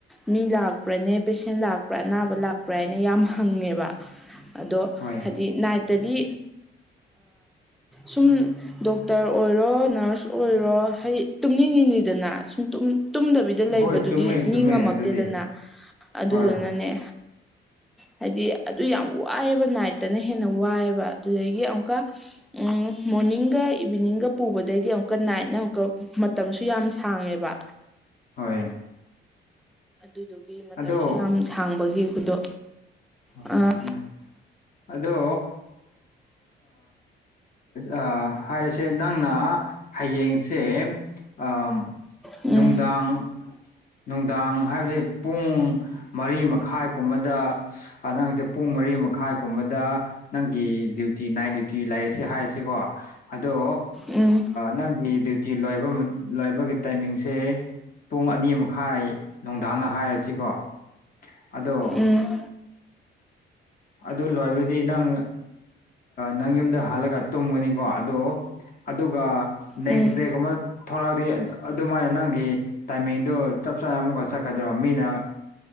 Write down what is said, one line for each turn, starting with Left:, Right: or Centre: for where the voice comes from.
Centre: ꯃꯤ ꯂꯥꯛꯄ꯭ꯔꯅꯦ ꯄꯦꯁꯦꯟ ꯂꯥꯛꯄ꯭ꯔꯥ ꯑꯅꯥꯕ ꯂꯥꯛꯄ꯭ꯔꯥ ꯍꯥꯏꯅ ꯌꯥꯝ ꯍꯪꯉꯦꯕ ꯑꯗꯣ
Left: ꯍꯣꯏ
Centre: ꯍꯥꯏꯗꯤ ꯅꯥꯏꯠꯇꯗꯤ ꯁꯨꯝ ꯗꯣꯛꯇꯔ ꯑꯣꯏꯔꯣ ꯅꯔꯁ ꯑꯣꯏꯔꯣ ꯍꯥꯏꯗꯤ ꯇꯨꯝꯅꯤꯡ ꯅꯤꯡꯉꯤꯗꯅ ꯁꯨꯝ ꯇꯨꯝꯅꯤꯡ ꯇꯨꯝꯗꯕꯤꯗ ꯂꯩꯕꯗꯨꯗꯤ
Left: ꯍꯣꯏ ꯆꯨꯝꯃꯦ
Centre: ꯃꯤ
Left: ꯆꯨꯝꯃꯦ
Centre: ꯉꯝꯃꯛꯇꯦꯗꯅ
Left: ꯑꯗꯨꯗꯤ
Centre: ꯑꯗꯨꯗꯨꯅꯅꯦ
Left: ꯍꯣꯏ
Centre: ꯍꯥꯏꯗꯤ ꯑꯗꯨ ꯌꯥꯝ ꯋꯥꯏꯑꯦꯕ ꯅꯥꯏꯠꯇꯅ ꯍꯦꯟꯅ ꯋꯥꯏꯑꯦꯕ ꯑꯗꯨꯗꯒꯤ ꯑꯃꯨꯛꯀ ꯎꯝ ꯃꯣꯔꯅꯤꯡꯒ ꯏꯚꯤꯅꯤꯡꯒ ꯄꯨꯕꯗꯩꯗꯤ ꯑꯃꯨꯛꯀ ꯅꯥꯏꯠꯅ ꯑꯃꯨꯛꯀ ꯃꯇꯝꯁꯨ ꯌꯥꯝ ꯁꯥꯡꯉꯦꯕ
Left: ꯍꯣꯏ
Centre: ꯑꯗꯨꯗꯨꯒꯤ ꯃꯇꯝꯁꯨ
Left: ꯑꯗꯣ
Centre: ꯌꯥꯝ ꯁꯥꯡꯕꯒꯤ ꯈꯨꯗꯣ
Left: ꯍꯣꯏ
Centre: ꯑ
Left: ꯆꯨꯝꯃꯦ ꯑꯗꯣ ꯑ ꯍꯥꯏꯔꯤꯁꯦ ꯅꯪꯅ ꯍꯌꯦꯡꯁꯦ ꯑ
Centre: ꯎꯝ
Left: ꯅꯨꯡꯗꯥꯡ ꯅꯨꯡꯗꯥꯡ ꯍꯥꯏꯕꯗꯤ ꯄꯨꯡ ꯃꯔꯤ ꯃꯈꯥꯏ ꯀꯨꯝꯕꯗ ꯅꯪꯁꯦ ꯄꯨꯡ ꯃꯔꯤ ꯃꯈꯥꯏꯒꯨꯝꯕꯗ ꯅꯪꯒꯤ ꯗ꯭ꯌꯨꯇꯤ ꯅꯥꯏꯠ ꯗ꯭ꯌꯨꯇꯤ ꯂꯩꯔꯁꯦ ꯍꯥꯏꯔꯁꯤꯀꯣ ꯑꯗꯣ
Centre: ꯎꯝ
Left: ꯅꯪꯒꯤ ꯗ꯭ꯌꯨꯇꯤ ꯂꯣꯏꯕ ꯂꯣꯏꯕꯒꯤ ꯇꯥꯏꯃꯤꯡꯁꯦ ꯄꯨꯡ ꯑꯅꯤ ꯃꯈꯥꯏ ꯅꯨꯡꯗꯥꯡꯅ ꯍꯥꯏꯔꯁꯤꯀꯣ ꯑꯗꯣ
Centre: ꯎꯝ
Left: ꯑꯗꯨ ꯂꯣꯏꯕꯗꯤ ꯅꯪ ꯅꯪ ꯌꯨꯝꯗ ꯍꯜꯂꯒ ꯇꯨꯝꯒꯅꯤꯀꯣ ꯑꯗꯣ ꯑꯗꯨꯒ ꯅꯪꯒꯤꯖꯦ
Centre: ꯎꯝ
Left: ꯀꯃꯥꯏ ꯊꯂꯛꯑꯗꯤ ꯑꯗꯨꯃꯥꯏꯅ ꯅꯪꯒꯤ ꯇꯥꯏꯃꯤꯡꯗꯨ ꯆꯞ ꯆꯥꯅ ꯑꯃꯨꯛꯀ ꯆꯛꯀꯗ꯭ꯔꯣ ꯃꯤꯅ